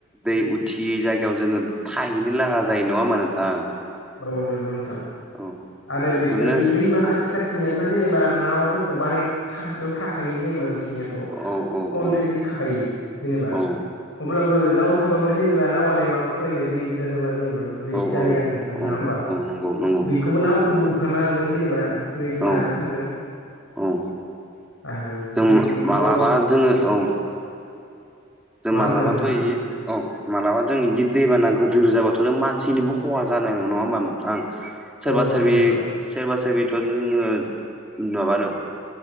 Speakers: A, in the centre; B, on the left.
A: दै उथियै जायगायाव जोङो थाहैनो लागा जायो नङा होमबा नोंथां
B: औ नंगौ नोंथां
A: औ
B: आरो
A: बेफोरनो
B: बेफोरबायदि दैमा खाथि
A: औ
B: खाथिनियाथ' जेनेबा नावफोरखौ बानाय खाथियाव थाखायो जेनेबा बिसोर बिनिथ'
A: औ औ
B: अलरेडि
A: औ
B: थाखायो जेनेबा
A: औ
B: अब्लाबो नाव थाबाबो जेनेबा नावआालाय माखौ फुरनो दै बुरजा जाबा जेनेबा बेबायदि
A: औ
B: जायो
A: औ
B: आरो। नोंथां नङा
A: औ
B: होमबा
A: औ नंगौ नंगौ
B: बेखौबो नामखौबो बुखानांगोन जेनेबा बेफोरबायदि
A: औ
B: माजों थांगोन
A: औ
B: आरो बेफोरबायदिथ'
A: जों मालाबा
B: औ
A: जोङो औ जों
B: मा
A: मालाबाथ'
B: होनदों नोंथां
A: <unintelligible> औ मालाबा जों बिदि दैबाना गोदोर जाबाथ' जों मानसिनिबो खहा जानाङो नङा होमबा नोंथां सोरबा
B: औ
A: सोरबि
B: जायो नोंथां
A: सोरबा सोरबिथ' नोङो माबानो